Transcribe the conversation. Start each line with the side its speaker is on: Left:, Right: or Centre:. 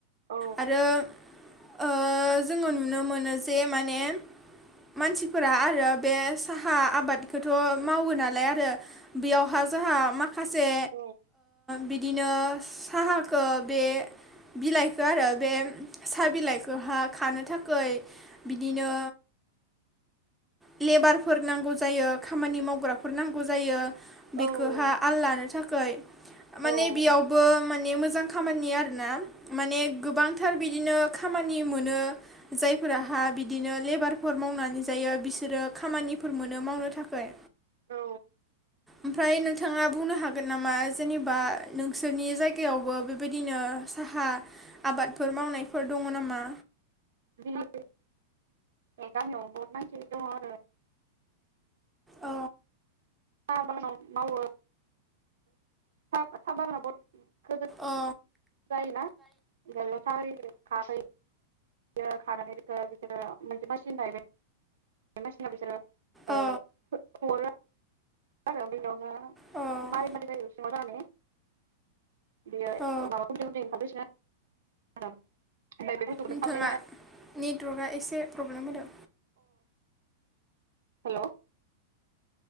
Right: औ
Centre: आरो ओ जोङो नुनो मोनो जे माने मानसिफोरा आरो बे साहा आबादखौथ' मावो नालाय आरो बेयावहा जोंहा माखासे
Right: औ
Centre: बिदिनो साहाखौ बे बिलाइखौ आरो बे साहा बिलाइखौहा खानो थाखाय बिदिनो लेबारफोर नांगौ जायो खामानि मावग्राफोर नांगौ जायो
Right: औ
Centre: बेखौहा आललानो - थाखाय माने
Right: औ
Centre: बेयावबो मानि मोजां खामानि आरोना माने गोबांथार बिदिनो खामानि मोनो जायफोराह बिदिनो लेबारफोर मावनानै जायो बिसोरो खामानिफोर मोनो मावनो थाखाय
Right: औ।
Centre: ओमफ्राय नोंथाङा बुंनो हागोन नामा जेनेबा नोंसोरनि जायगायावबो बेबायदिनो साहा आबादफोर मावनायफोर दङ नामा?
Right: बिनि गामियावबो बहुत मानसि दं आरो
Centre: औ
Right: साह आबाद मावो थाबा लाब <unintelligible>
Centre: औ
Right: खारै बि खानानै बेखो बिसोरो मोनसे मासिन जाहैबाय मासिनाव बिसोरो
Centre: औ
Right: ओ <unintelligible> हरो आरो ओ
Centre: औ
Right: मारै मारै <unintelligible> बियो
Centre: औ
Right: माबाफोरजोंनो ओंखारबोसै <unintelligible> बुस्थुखौनो
Centre: नोंथाङा
Right: साप्लाय होनो
Centre: नेटवर्कआ एसे प्रब्लेम होदों।
Right: हेलौ।